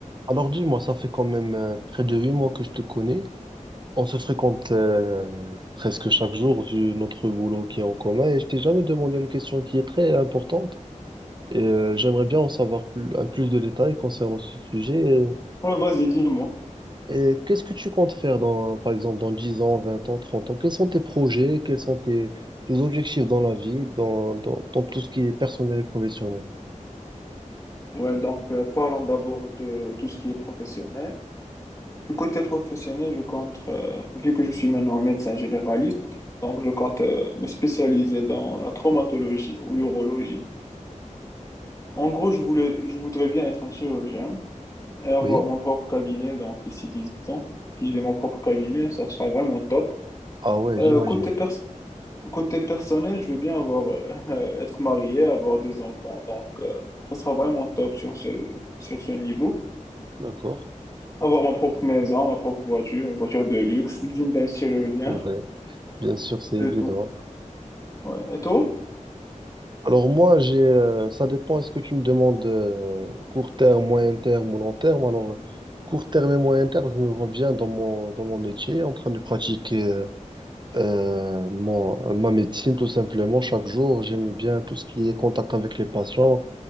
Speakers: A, on the right; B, on the left.
A: Alors dis-moi, ça fait quand même euh, près de huit mois que je te connais. On se fréquente euh, presque chaque jour vu notre boulot qui est en commun et je t'ai jamais demandé une question qui est très importante. Et euh, j'aimerais bien en savoir plus, un plus de détails concernant ce sujet.
B: Ouais, vas-y, dis-moi.
A: Et, et qu'est-ce que tu comptes faire dans, par exemple, dans 10 ans, 20 ans, 30 ans? Quels sont tes projets? Quels sont tes, tes objectifs dans la vie, dans, dans, dans tout ce qui est personnel et professionnel?
B: Ouais, donc euh, parlons d'abord de tout ce qui est professionnel. Du côté professionnel, je compte, euh, vu que je suis maintenant médecin généraliste, donc je compte euh, me spécialiser dans la traumatologie ou l'urologie. En gros, je voulais, je voudrais bien être un chirurgien et avoir
A: Oui.
B: mon propre cabinet, donc d'ici 10 ans. Si j'ai mon propre cabinet, ça sera vraiment top.
A: Ah ouais,
B: Euh,
A: j'imagine.
B: côté, pers- côté personnel, je veux bien avoir, euh, <laughs> être marié, avoir deux enfants, donc euh, ça sera vraiment top sur ce, sur ce niveau.
A: D'accord.
B: Avoir ma propre maison, ma propre voiture, une voiture de luxe, digne d'un chirurgien,
A: Ouais, bien sûr, c'est
B: et
A: évident.
B: tout. Ouais. Et toi?
A: Alors moi, j'ai, euh, ça dépend, est-ce que tu me demandes euh, court terme, moyen terme ou long terme? Alors, euh, court terme et moyen terme, je me vois bien dans mon, dans mon métier, en train de pratiquer euh, euh, mon, ma médecine tout simplement chaque jour. J'aime bien tout ce qui est contact avec les patients